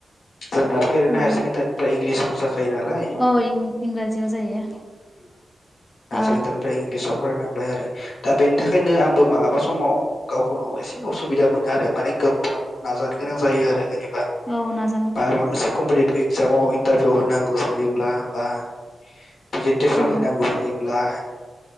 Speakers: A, on the left; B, on the left.
A: जोंनाथ' ओरैनो
B: औ
A: हायार सेकेण्डारिनिफ्राय इंलिसाव जाखायो नालाय हायार
B: औ इंराजियाव जायो ओ
A: सेकेण्डारिनिफ्राय इंलिसाव फरायनांबाय आरो दा बेनि थाखायनो आंबो मालाबा समाव गावखौनो एसे असुबिदा मोनो आरो माने गोब्राब नाजानो गोनां जायो आरो जेनेबा
B: औ नाज
A: <unintelligible> जामाव इन्टारभिउ होनांगौ जायोब्ला बा प्रेजेन्टेसन
B: औ
A: होनांगौ जायोब्ला